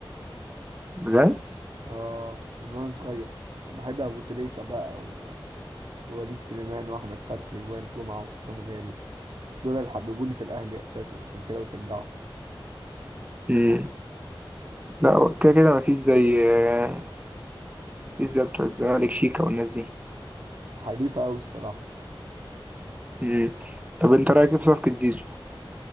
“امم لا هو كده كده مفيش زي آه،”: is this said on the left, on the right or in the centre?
Right